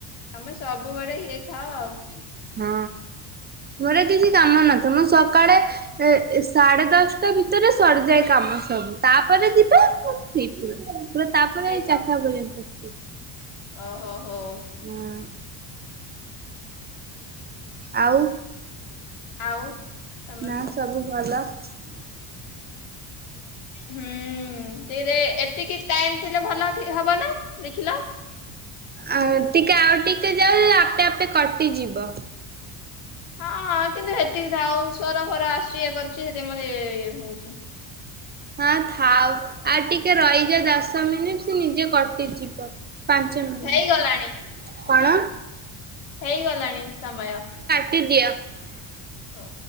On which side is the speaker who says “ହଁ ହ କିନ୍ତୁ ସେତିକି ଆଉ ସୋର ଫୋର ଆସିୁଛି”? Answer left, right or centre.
Left